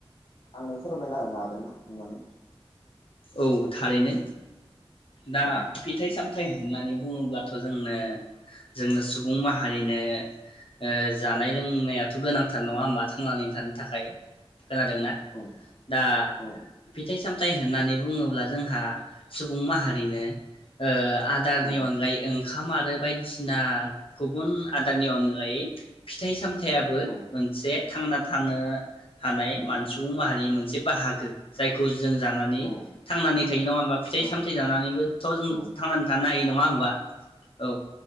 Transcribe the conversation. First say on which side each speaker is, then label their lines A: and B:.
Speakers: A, on the left; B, on the left.
A: आंनो फोरमायना होनो हागोन ना अननानै
B: औ थारैनो दा
A: औ
B: फिथाइ-साम होननानै बुङोब्लाथ' जोंनो जोंनो सुबुं माहारिनो ओ जानाय लोंनायाथ' गोनांथार नङा होमबा थांनानै थानो थाखाय खोनादोंना
A: औ
B: दा
A: औ
B: फिथाइ सामथाइ होननानै बुङोब्ला जोंहा सुबुं माहारिनो ओ आदारनि
A: औ
B: अनगायै ओंखाम आरो बायदिसिना गुबुन आदारनि अनगायै फिथाइ सामथाइयाबो
A: औ
B: मोनसे थांना थानो हानाय मान सुबुं माहारिनि मोनसे बाहागो जायखौ जों जानानै
A: औ
B: थांनानै थायो नङा होमबा फिथाइ
A: औ
B: सामथाइ जानानैबोथ' जों
A: औ नंगौ औ
B: थांनानै थानो हायो नङा होमबा औ